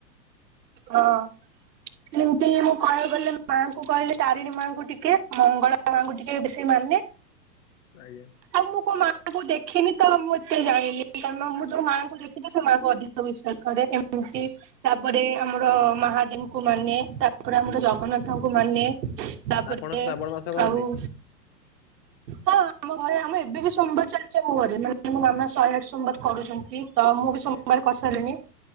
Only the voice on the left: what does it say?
ଆଜ୍ଞା।
ଆପଣ ଶ୍ରାବଣ ମାସ କରନ୍ତି?
ଆଜ୍ଞା